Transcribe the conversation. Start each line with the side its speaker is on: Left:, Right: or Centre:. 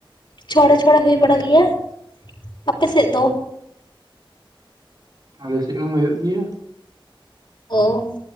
Left: ᱪᱷᱚᱲᱮ ᱪᱷᱚᱲᱮ ᱦᱩᱭ ᱵᱟᱲᱟᱜ ᱜᱮᱭᱟ᱾ ᱟᱯᱮ ᱥᱮᱫ ᱫᱚ?
Right: ᱟᱞᱮ ᱥᱮᱫ ᱦᱚᱸ ᱦᱩᱭᱩᱜ ᱜᱮᱭᱟ᱾
Left: <unintelligible>